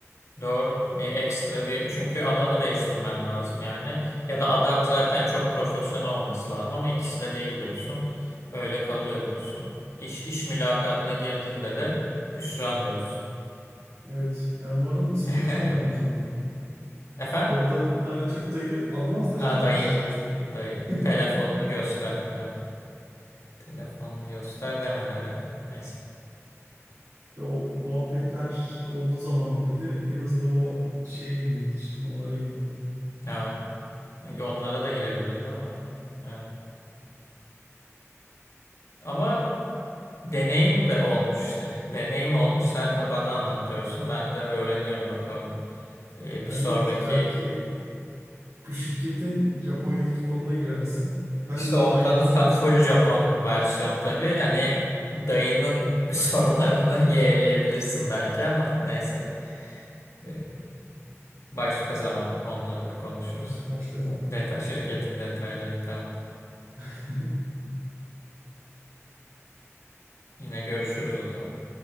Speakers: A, on the left (about 70°); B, on the right (about 75°).
A: Doğru. Bir ekstra bir çünkü adamı değiştirmen lazım yani. Ya da adam zaten çok profesyonel olması lazım ama ikisi de değil diyorsun. Öyle kalıyor diyorsun. İş, iş mülakatına girdiğinde de hüsran diyorsun.
B: Evet. Yani umarım senin
A: <laughs>
B: başına gelmez orada.
A: Efendim?
B: Orada bir tane Türk dayı almaz da Japon
A: Ha dayı.
B: şirketi.
A: Dayı.
B: <laughs>
A: Telefonunu göster. Evet. Telefonunu göster demedi herhalde. Neyse.
B: Ya o muhabbetler olduğu zaman da bir de en azından o şeye girmedi hiç, konulara girmedi.
A: Ha, onlara da girebilir değil mi? Evet. Ama deneyim de olmuş işte. <laughs> Deneyim olmuş. Sen de bana anlatıyorsun. Ben de öğreniyorum bakalım. Ee,
B: Yani
A: bir sonraki
B: evet belki
A: evet.
B: bu şirketin Japonya'daki koluna girersin. Ben
A: işte
B: de o
A: onda
B: odayı
A: da
B: sana
A: ta- full
B: söyleyeyim.
A: Japon versiyon tabii. Hani dayının <laughs> sorularını yeğleyebilirsin belki ama neyse. Ee, başka zaman onları da konuşuruz.
B: Artık başka zaman.
A: Deta şirketin detaylarını tamam.
B: <laughs>
A: Yine görüşürüz o zaman.